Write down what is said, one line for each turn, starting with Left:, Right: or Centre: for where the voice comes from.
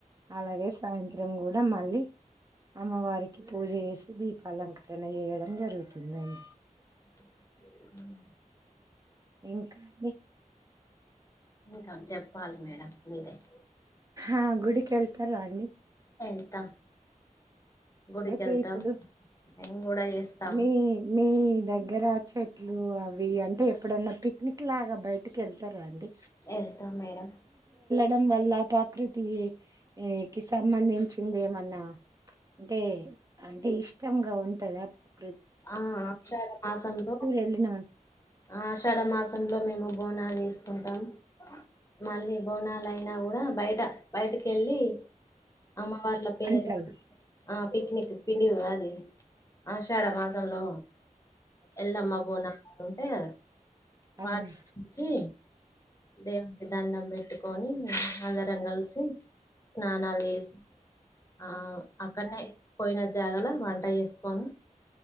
Right: అలాగే సాయంత ఇవరం కూడ మళ్లీ అమ్మవారికి పూజ చేసి దీపాలంకరణ చేయడం జరుగుతుందండి
Left: ఉమ్
Right: ఇంకని
Left: ఇంకా జెప్పాలి మేడం మిదై
Right: అహ్ గుడికెళ్తారా అండి
Left: వెళ్తా గుడికి
Right: అయితే
Left: వెళ్తా
Right: ఇప్పుడు
Left: నేను కూడా చేస్తా
Right: మీ మీ దగ్గరా చెట్లు అవి అంటె ఎప్పుడన్నా పిక్నిక్ లాగా బయటకి వెళ్తారా అండి
Left: యెల్త మేడం
Right: దాని వల్ల ప్రకృతి కి సంబంధించింది ఏమన్న అంటె అంటే ఇష్టంగా ఉంటద పా
Left: ఆ ఆ షాఢ మాసంలో,
Right: వెళ్ళిన
Left: ఆషాఢ మాసంలో మేము బోనాల్ చేస్ కుంటాం. మళ్ళీ బోనలైనా కుడా బయట బైటికెల్లీ అమ్మవార్ల పేరు.
Right: అంటలు
Left: ఆ పిక్నిక్ పిండి అది ఆషాఢ మాస్ హలో ఎల్లమ్మ బోనాల్ ఉంటయ్ గద,
Right: అవును
Left: వాటి గుచి దేవునికి దన్ను పె అనుకొని అందరం గల్సి స్నానాల్ చేస్ ఆవ్ అక్కన్నే పోయిన జాగల వంట చేసుకొని